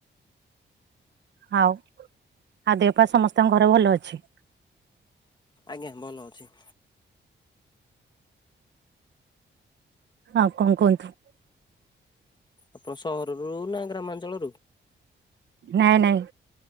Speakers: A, on the right; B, on the left.
A: ହଉ ଆଉ ଦେହପା ସମସ୍ତଙ୍କ ଘରେ ଭଲ ଅଛି?
B: ଆଜ୍ଞା ଭଲ ଅଛି।
A: ଆଉ କଣ୍ କୁହନ୍ତୁ?
B: ଆପଣ ସହରରୁୁ ନା ଗ୍ରାମାଞ୍ଚଳରୁ?
A: ନାଇଁ -ନାଇଁ